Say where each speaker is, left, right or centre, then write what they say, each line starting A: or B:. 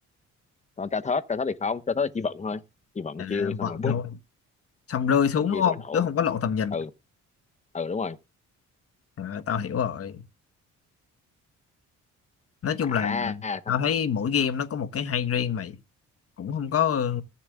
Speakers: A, on the left (about 25°); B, on the left (about 50°).
A: còn tra thớt tra thớt thì không tra thớt là chỉ vận thôi chỉ vận
B: à
A: chiêu xong
B: vận
A: rồi bùm
B: thôi xong rơi xuống
A: còn chiêu
B: đúng không
A: xong rồi nổ
B: chứ không có lộ tầm nhìn
A: ừ ừ đúng rồi
B: à, tao hiểu rồi nói chung
A: à
B: là
A: thật
B: tao thấy mỗi game nó có một cái hay riêng mày cũng không có ờ,